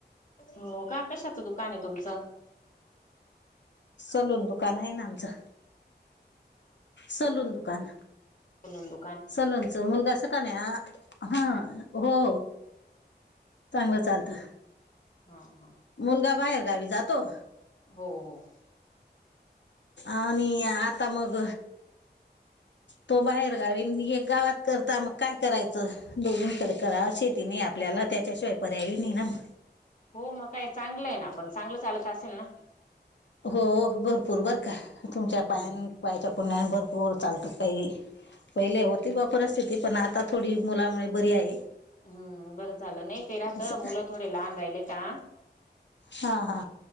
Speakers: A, on the left (about 45°); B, on the left (about 90°).
A: हो का. कशाचं दुकान आहे तुमचं?
B: सलून दुकान आहे ना आमचं सलून दुकान.
A: सलून दु.
B: सलूनच मुलगा अस का नाही हा हो. चांगलं चालतं
A: हम्म हम्म हम्म हम्म.
B: मुलगा बाहेर गावी जातो.
A: हो हो.
B: आणि आता मग. तो बाहेर गावीन एक गावात करता मग काय करायचं दोघींकडे करा शेती नाही अॅप. आपल्याला त्याच्याशिवाय पर्याय नाही ना मग.
A: हो मग काय चांगलं आहे ना. पण चांगलं चालत असेल ना?
B: हो भरपूर बर का तुमच्या
A: हम्म
B: पायान पायाच्या कण्या भरपूर चालतात काही. पहिले होती बा परिस्थिती पण आता थोडी मुलामुळे बरी आहे.
A: हम्म बरं झालं नाही ते राहत
B: असं
A: मुलं थोडे लहान राहिले का.
B: हा हा.